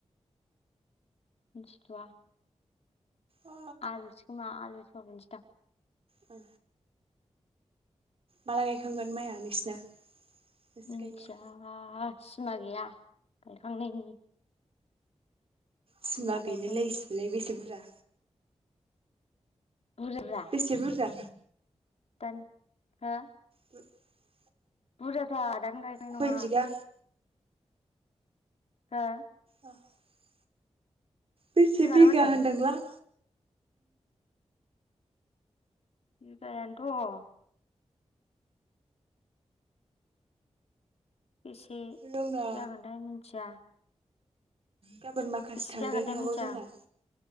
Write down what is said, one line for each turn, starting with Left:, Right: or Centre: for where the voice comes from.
Left: मिथिथ'वा
Right: अ
Left: आलुसो खोमा आलु सयाबिन सो दान।
Right: औ माला गायखांगोन माइया नोंसिना? नोंसि
Left: मिनथिया
Right: गायनाया?
Left: सिमा गैया गायखांनायनि
Right: सिमा
Left: माला
Right: गैलायलायसिलाय
Left: गायखाङो
Right: बेसे बुरजा?
Left: बुरजाब्रा
Right: बेसे बुरजा?
Left: दान हो
Right: <inaudible>
Left: बुरजाथार दानो गायखांनाय
Right: खय
Left: नङा।
Right: बिगा
Left: हो
Right: <inaudible> बेसे बिगा
Left: नामा होनदों
Right: होनदोंलां?
Left: बिगायानोथ' बेसे
Right: जोंना
Left: जागोनथाय मिथिया।
Right: गाबोन माखासे
Left: बेसे
Right: थांदेरनो
Left: जागोनथाय
Right: हागौ
Left: मिथिया
Right: जोंहा